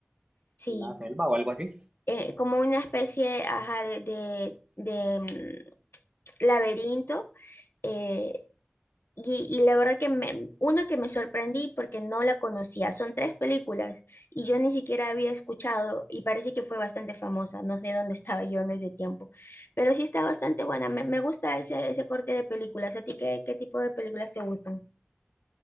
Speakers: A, on the left (about 65°); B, on the right (about 25°).
A: Sí,
B: una selva o algo así.
A: eh, como una especie, ajá, de, de- de, mm, laberinto. eh, Y, y la verdad que me, uno que me sorprendí porque no la conocía, son tres películas y yo ni siquiera había escuchado y parece que fue bastante famosa, no sé dónde <laughs> estaba yo en ese tiempo, pero sí está bastante buena, me, me gusta ese, ese corte de películas, ¿a ti qué, qué tipo de películas te gustan?